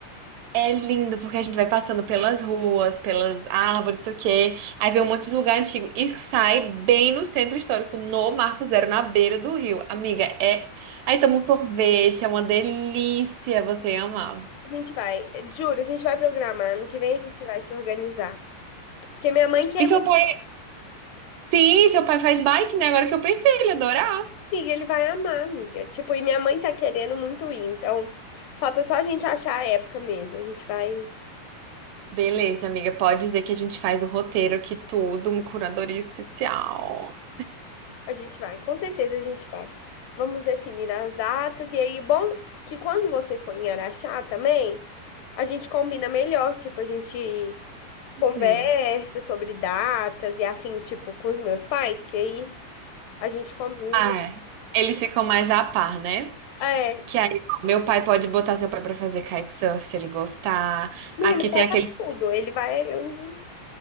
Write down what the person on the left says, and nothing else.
A gente vai, juro, a gente vai programar. Ano que vem a gente vai se organizar. Porque minha mãe quer
Amiga, ele vai amar, amiga. Tipo, e minha mãe tá querendo muito ir, então falta só a gente achar a época mesmo. A gente vai,
a gente vai, com certeza a gente vai. Vamos definir as datas e aí, bom, que quando você for em Araxá também, a gente combina melhor, tipo, a gente conversa
sobre datas e afins, tipo, com os meus pais, que aí a gente combina.
É,
amiga,
meu
pai
faz tudo, ele vai onde